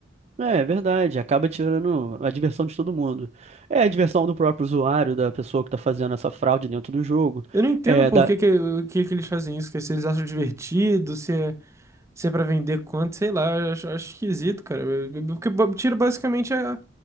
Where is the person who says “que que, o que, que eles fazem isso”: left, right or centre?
Right